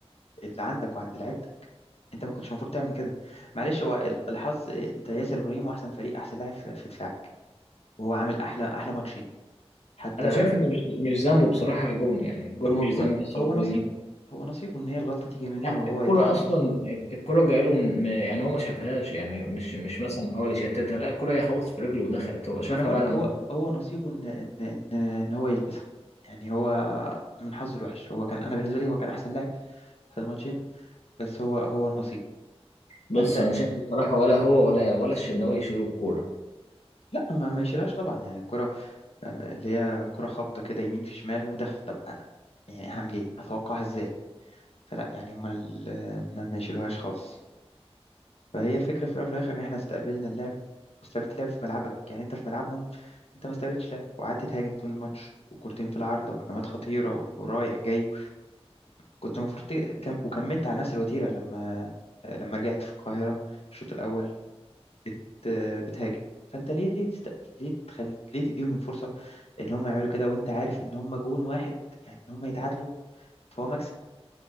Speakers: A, on the left; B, on the left.
A: اللي عندك وعند لعيبتك انت ما كنتش المفروض تعمل كده معلش هو ال- الحظ انت ياسر ابراهيم هو احسن فريق احسن لاعب في في دفاعك وهو عامل احلى احلى ماتشين حتى
B: أنا شايف ان مش مش ذنبه بصراحه الجون يعني الجون
A: هو
B: مش
A: الجون
B: ذنب ياسر
A: هو
B: ابراهيم
A: نصيبه هو نصيبه ان هي الغلطه تيجي منه
B: لا
A: وهو
B: الكرة
A: يتحمل
B: اصلا الكرة جايه له من من- يعني هو ما شافهاش يعني مش مش مثلا حاول يشتتها لا الكرة هي خبطت في رجله ودخلت هو شافها
A: ما انا بقولك
B: بعد ما
A: هو هو نصيبه ان ان ان ان هو يلبسها يعني هو من حظه الوحش هو كان انا بالنسبه لي هو كان احسن لاعب في الماتشين بس هو هو النصيب
B: بص
A: فانت
B: انا شايف بصراحه ولا هو ولا ولا الشناوي يشيلوا الكوره
A: لا ما ما يشيلهاش طبعا يعني الكره آه، اللي هي كره خابطه كده يمين في شمال ودخل طب أ- يعني هعمل ايه اتوقعها ازاي فلا يعني هم ال- ما ما يشيلوهاش خالص فهي الفكره في الاول وفي الاخر ان احنا استقبلنا اللعب واستقبلت اللعب في ملعبك يعني انت في ملعبهم انت ما استقبلتش لعب وقعدت تهاجم طول الماتش وكورتين في العارضه وهجمات خطيره ورايح جاي كنت المفروض ت- كم... وكملت على نفس الوتيره لما لما رجعت في القاهره الشوط الاول بت... بتهاجم فانت ليه ليه تست... ليه تخل... ليه تديهم الفرصه ان هم يعملوا كده وانت عارف ان هم جون واحد يعني ان هم يتعادلوا فهو مكسب